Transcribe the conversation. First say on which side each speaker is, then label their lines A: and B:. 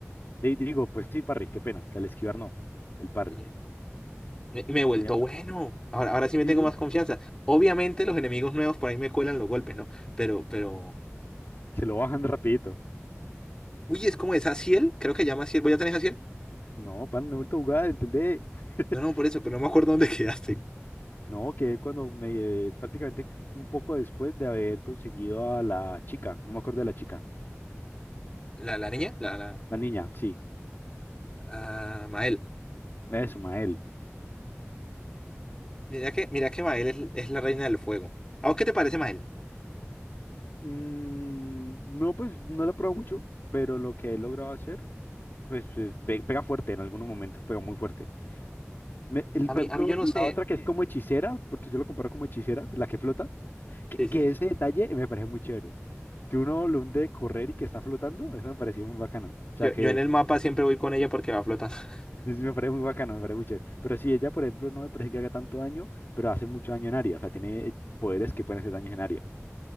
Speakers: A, on the left (about 50°); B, on the left (about 20°).
A: De, digo, pues sí, parry, qué pena. O sea, el esquivar no, el parry.
B: Mm, Me, me he vuelto
A: Había-
B: bueno. Ahora, ahora sí me
A: Sí,
B: tengo
A: sí.
B: más confianza. Obviamente los enemigos nuevos por ahí me cuelan los golpes, ¿no? Pero, pero...
A: Se lo bajan rapidito.
B: Uy, es como esa Ciel, creo que llama Ciel. ¿Voy a tener Ciel?
A: No, pan, no he vuelto a jugar, ¿entendé? <laughs>
B: No, no, por eso, pero no me acuerdo dónde <laughs> quedaste.
A: No, que cuando me... prácticamente un poco después de haber conseguido a la chica, no me acuerdo de la chica,
B: ¿La, la niña? La, la...
A: la niña, sí,
B: ah, Mael.
A: eso, Mael.
B: Mira que, mira que Mael es, es la reina del fuego. ¿A vos qué te parece Mael?
A: Mm, no, pues no la he probado mucho, pero lo que he logrado hacer, pues eh, pe- pega fuerte, en algunos momentos pega muy fuerte. Me- el,
B: A
A: por
B: mí,
A: ejemplo,
B: a mí yo
A: la
B: no sé.
A: Uno otra Uno que es que, como hechicera, porque yo lo comparo como hechicera, la que flota, que,
B: Sí,
A: que
B: sí, sí.
A: ese detalle me parece muy chévere. Que uno lo de correr y que está flotando, eso me parecía muy bacano. O
B: Yo,
A: sea que
B: yo en el mapa siempre voy con ella porque va flotando. <laughs>
A: eso me parece muy bacano, me parece muy chévere. Pero sí, ella, por ejemplo, no me parece que haga tanto daño, pero hace mucho daño en área. O sea, tiene eh, poderes que pueden hacer daño en área.